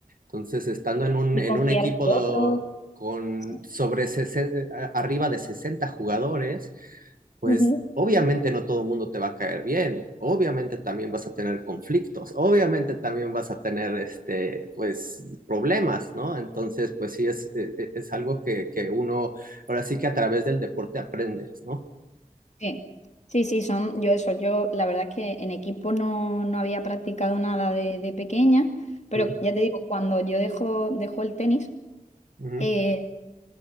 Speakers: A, on the right; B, on the left.
A: entonces, estando en un,
B: Y
A: en
B: confiar
A: un equipo
B: en el
A: de-
B: otro.
A: con
B: Sí.
A: sobre sesen- arriba de 60 jugadores, pues
B: Ujú.
A: obviamente no todo el mundo te va a caer bien, obviamente también vas a tener conflictos, obviamente también vas a tener este, pues, problemas, ¿no? Entonces, pues sí, es, e- e- es algo que, que uno, ahora sí que a través del deporte aprendes, ¿no?
B: Sí, sí, sí, son yo eso. Yo la verdad es que en equipo no, no había practicado nada de, de pequeña, pero
A: Mm,
B: ya te digo, cuando yo dejo, dejo el tenis,
A: ujú.
B: eh,